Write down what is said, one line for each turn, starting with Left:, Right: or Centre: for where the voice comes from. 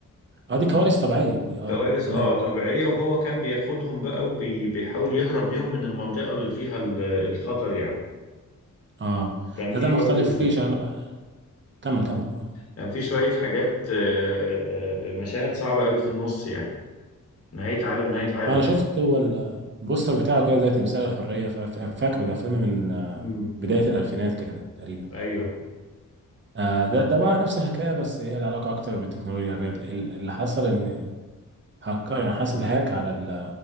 Right: اه دي كوارث طبيعيه دي اه
Left: كوارث
Right: تمام
Left: اه طبيعية وهو كان بياخدهم بقى وبيحاول يهرب بيهم من المنطقة اللي فيها ال- الخطر يعني
Right: اه
Left: كان في
Right: لا ده المختلف
Left: برضو
Right: فيه عشان انا بقى كمل كمل آه.
Left: كان في شوية حاجات آه، آه، مشاهد صعبة قوي في النص يعني نهاية عالم نهاية عالم
Right: انا شفت
Left: يعني
Right: هو البوستر بتاعه كده زي تمثال الحريه ف- ف- فاكره ده فيلم من آه،
Left: امم
Right: بدايه الالفينات كده تقريبا
Left: ايوه
Right: آه، ده ده بقى نفس الحكايه بس هي العلاقه اكتر بالتكنولوجيا يعني ال- ال- اللي حصل ان هكر يعني حصل هاك على ال-